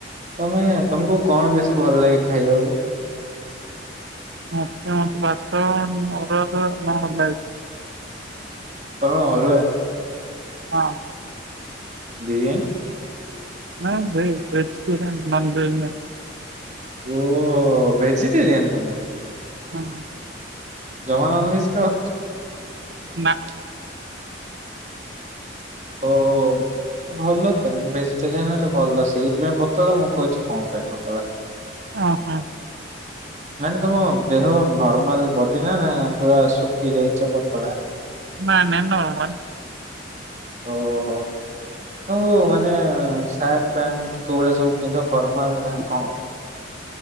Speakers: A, on the right; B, on the right.
A: ତମେ ତମକୁ କଣ ବେଶୀ ଭଲ ଲାଗେ ଖାଇବାକୁ?
B: ମତେ ମତେ ଭାତ ଅ ଅରୁଆ ଭାତ <unintelligible> ବି।
A: କଣ ଅରୁଆ?
B: ହଁ।
A: ବିରୀୟାନ।
B: ନା ଭେ-ଭେଜିଟେରିଆନ ନନ ଭେଜ ନାହି।
A: ଓହୋ ଭେଜିଟେରିଆନ ତମେ?
B: ହଁ ହଁ।
A: ଜମା ନନଭେଜ୍ ଖାଉଚ।
B: ନା।
A: ଓହୋ ଭଲ ତ ମାନେ ଭେଜିଟେରିଆନ ହେଲେ ଭଲ ସେଇଥିପାଇଁ ପତଳା ମୁଁ କହୁଛି କଣ ପାଇଁ ପତଳା।
B: ଅ ହାଁ।
A: <inaudible> ମାନେ ତମ ଦେହ ନର୍ମାଲ ବଡି ନା ନା ପୁରା ଶୁଖି ଯାଇଛ ପତଳା।
B: ନା ନା ନର୍ମାଲ।
A: ଓ ହୋ। ହଉ ମାନେ ସାର୍ଟ ପ୍ୟାଣ୍ଟ କୋଉଗୁଡା ସବୁ ପିନ୍ଧ ଫର୍ମାଲ ନା କଣ?